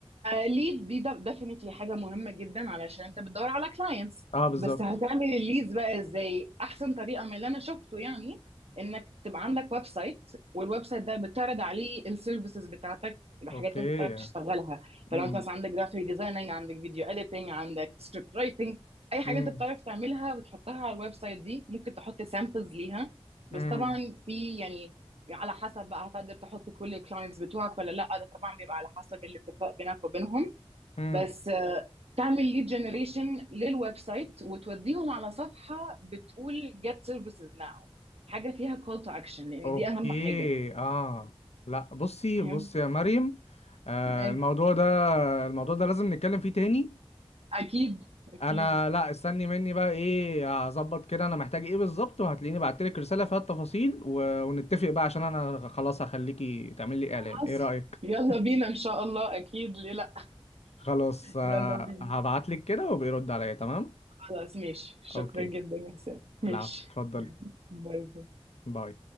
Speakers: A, on the right; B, on the left.
A: ليد دي ديفينتلي حاجه مهمه جدا علشان انت بتدور على كلاينتس
B: اه بالظبط
A: بس هتعمل الليدز بقى ازاي احسن طريقه من اللي انا شفته يعني انك تبقى عندك ويب سايت والويب سايت ده بتعرض عليه السيرفيسز بتاعتك الحاجات
B: اوكي
A: اللي انت بتعرف تشتغلها فلو
B: امم
A: انت مثلا عندك جرافيك ديزايننج عندك فيديو اديتنج عندك سكريبت رايتنج اي حاجه
B: امم
A: انت بتعرف تعملها بتحطها على الويب سايت دي ممكن تحط سامبلز ليها بس
B: امم
A: طبعا في يعني يعني على حسب بقى هتقدر تحط كل الكلاينتس بتوعك ولا لا ده طبعا بيبقى على حسب الاتفاق بينك وبينهم
B: امم
A: بس آه، تعمل ليد جنريشن للويب سايت وتوديهم على صفحة بتقول get services now حاجة فيها call to action لأن
B: اوكي
A: دي أهم حاجة
B: اه لا بصي
A: فاهم؟
B: بصي يا مريم آه
A: أيوة.
B: الموضوع ده الموضوع ده لازم نتكلم فيه تاني
A: أكيد أكيد
B: انا لا استني مني بقى ايه هظبط كده انا محتاج ايه بالظبط وهتلاقيني بعتلك رسالة فيها التفاصيل و... ونتفق بقى عشان انا خلاص هخليكي تعمل لي
A: خلاص
B: اعلان ايه رأيك
A: يلا بينا إن شاء الله أكيد ليه لأ
B: خلاص آه،
A: يلا بينا
B: هبعتلك كده وبيرد عليا تمام
A: خلاص ماشي شكرا
B: اوكي
A: جدا يا حسام ماشي
B: العفو اتفضلي
A: <laughs> باي باي
B: باي